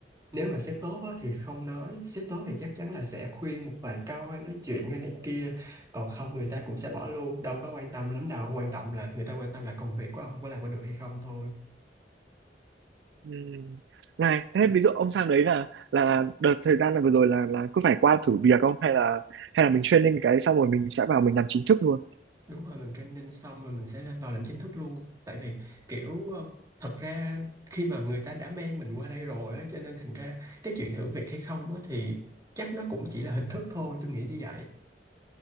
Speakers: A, on the right; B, on the right.
A: nếu mà sếp tốt á, thì không nói sếp tốt thì chắc chắn là sẽ khuyên một vài câu hay nói chuyện hay này kia còn không người ta cũng sẽ bỏ luôn đâu có quan tâm lắm đâu quan tâm là người ta quan tâm là công việc của ông có làm có được hay không thôi
B: ừ. này thế ví dụ ông sang đấy là là đợt thời gian là vừa rồi là là cứ phải qua thử việc không hay là hay là mình training cái xong rồi mình sẽ vào mình làm chính thức luôn
A: Đúng rồi, mình training xong rồi mình sẽ là vào làm chính thức luôn. Tại vì kiểu ờ, thật ra khi mà người ta đã mang mình qua đây rồi á, cho nên thành ra cái chuyện thử việc hay không á, thì chắc nó cũng chỉ là hình thức thôi, tôi nghĩ như vậy.